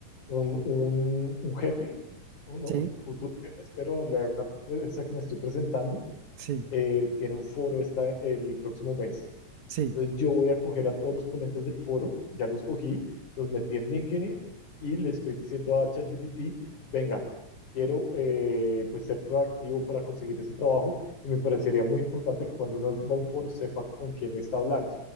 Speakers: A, on the left; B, on the right.
A: un, un, un jefe, un, un
B: Sí.
A: futuro jefe, espero, la- una empresa que me estoy presentando,
B: Sí.
A: eh, tiene un foro esta, el próximo mes.
B: Sí.
A: Entonces yo voy a coger a todos los ponentes del foro, ya los cogí, los metí en LinkedIn y le estoy diciendo a ChatGPT, venga, quiero eh, pues ser proactivo para conseguir ese trabajo y me parecería muy importante que cuando uno va a un foro sepa con quién está hablando.